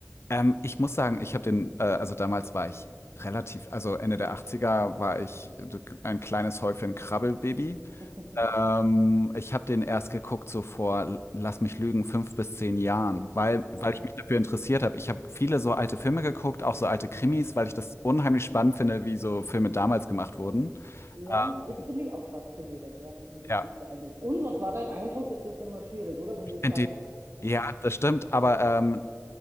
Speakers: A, on the left; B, on the right.
A: Ähm, ich muss sagen, ich habe den, äh, also damals war ich relativ, also Ende der Achtziger war ich ein kleines Häufchen Krabbelbaby.
B: <laughs>
A: Ähm, ich habe den erst geguckt so vor, lass mich lügen, fünf bis zehn Jahren, weil, weil
B: Äh,
A: ich mich dafür interessiert habe. Ich habe viele so alte Filme geguckt, auch so alte Krimis, weil ich das unheimlich spannend finde, wie so Filme damals gemacht wurden.
B: ja,
A: Äh,
B: es finde ich auch faszinierend, ja, wie das
A: ja,
B: sich verändert. Und was war dein Eindruck? Das ist immer schwierig, oder? Wenn
A: ich
B: die
A: finde
B: Zeit.
A: den ja, das stimmt, aber ähm,